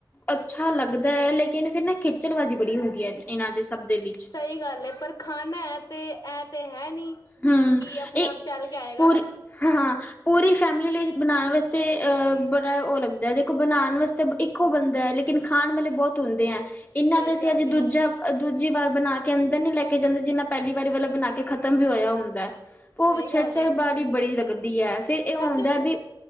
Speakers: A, on the left; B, on the left.
A: ਅੱਛਾ ਲੱਗਦਾ ਹੈ ਲੇਕਿਨ ਫੇਰ ਨਾ ਖੇਚਲਬਾਜ਼ੀ ਬੜੀ ਹੁੰਦੀ ਹੈ। ਇਹਨਾਂ ਦੇ ਸਭ ਦੇ ਵਿੱਚ।
B: ਸਹੀ ਗੱਲ ਹੈ ਪਰ ਖਾਣਾ ਹੈ ਤੇ ਐ ਤੇ ਹੈ ਨਹੀਂ,
A: ਹੂੰ
B: ਕਿ ਆਪਣੇ-ਆਪ
A: ਇਹ
B: ਚੱਲ ਕੇ ਆਏਗਾ।
A: ਪੂਰੀ ਹਾਂ ਪੂਰੀ ਫੈਮਿਲੀ ਲਈ ਬਣਾਉਣ ਵਾਸਤੇ ਬੜਾ ਉਹ ਲੱਗਦਾ ਦੇਖੋ ਬਣਾਉਣ ਵਾਸਤੇ ਇੱਕੋ ਬੰਦਾ ਹੈ ਲੇਕਿਨ ਖਾਣ ਵਾਲੇ ਬਹੁਤ ਹੁੰਦੇ ਹੈ। ਇਹਨਾਂ
B: ਸਹੀ
A: ਤੇ ਅਸੀ
B: ਗੱਲ
A: ਅੱਜ
B: ਏ
A: ਦੂਜਾ ਦੂਜੀ ਵਾਰ ਬਣਾ ਕੇ ਅੰਦਰ ਨਹੀਂ ਲੈ ਕੇ ਜਾਂਦੇ ਜਿੰਨਾ ਪਹਿਲੀ ਵਾਰੀ ਵਾਲਾ ਬਣਾ ਕੇ ਖਤਮ ਵੀ ਹੋ ਹ ਭੋ
B: ਸਹੀ
A: ਪਿੱਛੇ
B: ਗੱਲ
A: ਚਰਬੀ
B: ਏ
A: ਬੜੀ ਲਗਦੀ ਹੈ ਫਿਰ ਇਹ
B: ਮੈਂ
A: ਹੁੰਂਦਾ
B: ਤੇ
A: ਵੀ